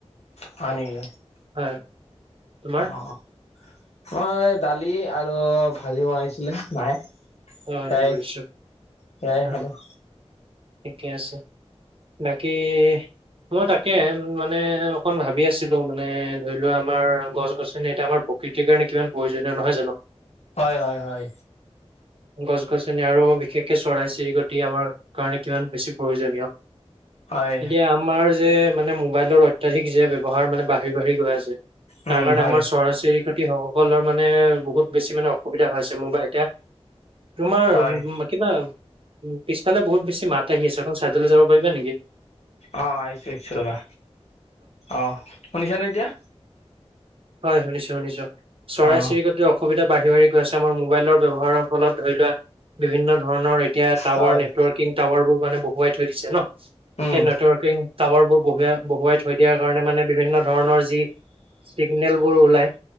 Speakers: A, on the left (about 75°); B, on the right (about 55°).
A: হয় নেকি
B: হয়। তোমাৰ?
A: অ'। মই দালি আৰু ভাজি বনাইছিলে মায়ে।
B: অ
A: সেয়াই
B: বুজিছো।
A: সেয়াই
B: হয়
A: খালোঁ।
B: ঠিকে আছে বাকী মই তাকে মানে অকণ ভাবি আছিলোঁ মানে ধৰি লোৱা আমাৰ গছ- গছনি এতিয়া আমাৰ প্ৰকৃতিৰ কাৰণে কিমান প্ৰয়োজনীয় নহয় জানো।
A: হয়, হয়, হয়।
B: গছ- গছনি আৰু বিশেষকে চৰাই চিৰিকটি আমাৰ কাৰণে কিমান বেছি প্ৰয়োজনীয়
A: হয়
B: এতিয়া আমাৰ যে মানে মোবাইলৰ অত্যাধিক যে ব্যৱহাৰ মানে বাঢ়ি, বাঢ়ি গৈ আছে
A: উম
B: তাৰ কাৰণে
A: হয়
B: আমাৰ চৰাই চিৰিকটি সকলৰ মানে বহুত বেছি মানে অসুবিধা হৈছে মোৰবাই এতিয়া তোমাৰ
A: হয়
B: কিবা পিছফালে বহুত বেছি মাত আহি আছে এখন চাইডলৈ যাব পাৰিবা নেকি।
A: অ', আহিছোঁ আহছো ৰবা অ শুনিছানে এতিয়া
B: হয় শুনিছোঁ, শুনিছোঁ চৰাই
A: অ
B: চিৰিক টো অসুবিধা বাঢ়ি, বাঢ়ি গৈ আছে আমাৰ মোবাইলৰ ব্যৱহাৰৰ ফলত ধৰি লোৱা বিভিন্ন ধৰণৰ এতিয়া টাৱাৰ
A: হয়
B: নেটৱৰ্কিং টাৱাৰ বোৰ মানে বহুৱাই থৈ দিছে ন সেই
A: উম
B: নেটৱৰ্কিং টাৱাৰ বোৰ বহাই বহুৱাই থৈ দিয়াৰ কাৰণে মানে বিভিন্ন ধৰণৰ যি চিগনেলবোৰ ওলায়